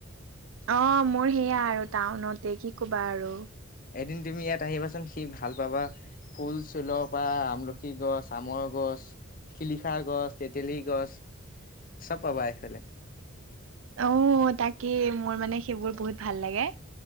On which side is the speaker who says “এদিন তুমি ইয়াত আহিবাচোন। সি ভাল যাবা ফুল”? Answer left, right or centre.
Left